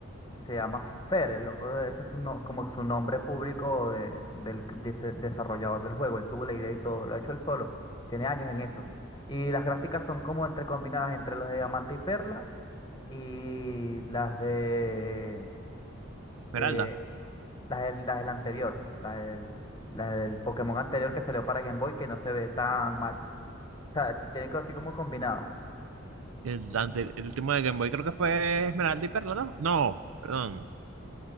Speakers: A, on the left; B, on the right.
A: Se llama Fer, el loco de ese es un no- como su nombre público de- del c- de ese desarrollador del juego. Él tuvo la idea y todo, lo ha hecho él solo. Tiene años en eso. Y las gráficas son como entre combinadas entre las de Diamante y Perla y las de
B: Esmeralda.
A: eh, las del, las del anterior, las del, las del Pokémon anterior que salió para Game Boy que no se ve tan mal. O sea, te- tiene que así como combinado.
B: El, ante- el último de Game Boy creo que fue Esmeralda y Perla, ¿no? No, perdón,